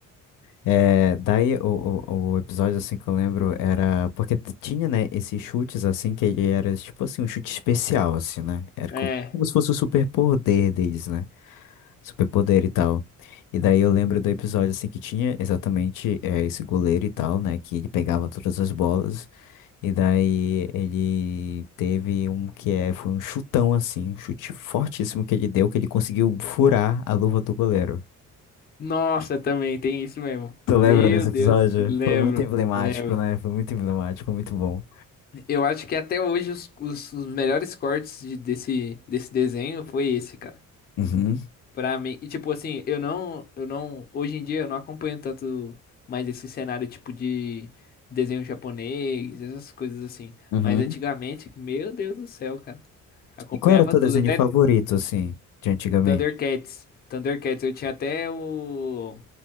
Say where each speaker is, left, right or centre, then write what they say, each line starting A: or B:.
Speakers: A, on the left; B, on the left.
A: É, daí o, o, o episódio assim que eu lembro era porque t- tinha, né, esses chutes assim que ele era tipo assim um chute especial assim, né? Era
B: É,
A: co- como se fosse o superpoder deles, né? Superpoder e tal. E daí eu lembro do episódio assim que tinha exatamente é, esse goleiro e tal, né, que ele pegava todas as bolas e daí ele teve um que é foi um chutão assim, um chute fortíssimo que ele deu que ele conseguiu furar a luva do goleiro.
B: nossa, também tem isso mesmo.
A: Tu lembra
B: Meu
A: desse
B: Deus,
A: episódio?
B: lembro,
A: Foi muito emblemático,
B: lembro.
A: né? Foi muito emblemático, muito bom.
B: Eu acho que até hoje os, os- os melhores cortes de- desse, desse desenho foi esse, cara.
A: Uhum,
B: Pra mim, e tipo assim, eu não, eu não, hoje em dia eu não acompanho tanto mais esse cenário tipo de desenho japonês, essas coisas assim.
A: uhum.
B: Mas antigamente, meu Deus do céu, cara. Acompanhava
A: E qual era o teu
B: tudo,
A: desenho
B: até
A: favorito, assim, de antigamente?
B: Thundercats. Thundercats, eu tinha até o,